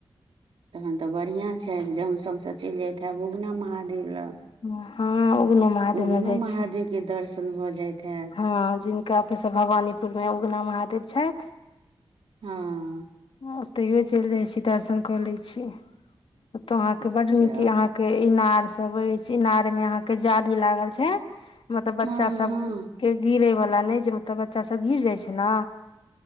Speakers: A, on the right; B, on the left.
A: तखन तऽ बढ़िआं छै। <unintelligible> सबस चलि जत है बूगना महादेव लऽ। <unintelligible>
B: हँ उगनो महादेव
A: उगनो
B: मे जाइ
A: महादेव
B: छियै
A: के दर्शन। सन्द भऽ जाइत। हैत
B: हँ जिनका अपने सब भवानीपुर मे उगना महादेव। छथि। <unintelligible>
A: हँ। <unintelligible>
B: ओतहिो चलि जाइत छी दर्शन कऽ लैत छी। ओतो अहाँ
A: अच्छा
B: के बड नीक य यहा के इनार। सबै छै इनार मे अहाँके जाली लागल छै। मतलब
A: हँ
B: बच्चा सब
A: हँ
B: -के गिरे वाला। लाने जेब ओता बच्चा सब गिर जाय छै ना।